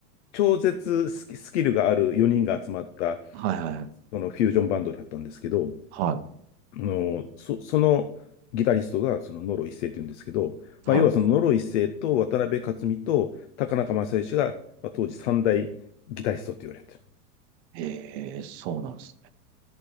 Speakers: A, on the left (about 50°); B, on the right (about 45°).
A: 超絶スキスキルがある4人が集まった、
B: はいはいはい。
A: このフュージョンバンドだったんですけど、
B: は
A: あの、そ、そのギタリストがそのノロ一世って言うんですけど、
B: い。
A: まあ、
B: はい。
A: 要はそのノロ一世と渡辺克己と高中正義が、まあ、当時三大ギタリストって言われてる。
B: へえ、そうなんです。